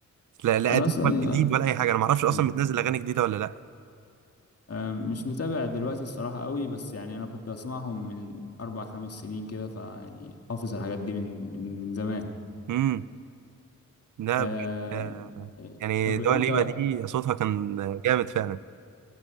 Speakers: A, on the right; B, on the left.
A: لا لا
B: أنا
A: قديم
B: أصلا
A: ولا
B: جامد
A: جديد ولا اي حاجه انا ما اعرفش اصلا
B: آه.
A: بتنزل اغاني جديده ولا لا
B: آه، مش متابع دلوقتي الصراحة قوي بس يعني أنا كنت بسمعهم من أربع خمس سنين كده فيعني حافظ الحاجات دي من من من زمان
A: امم لا
B: آه...
A: بجد آه يعني
B: طب
A: دوا
B: أنت
A: ليبا دي صوتها كان جامد فعلا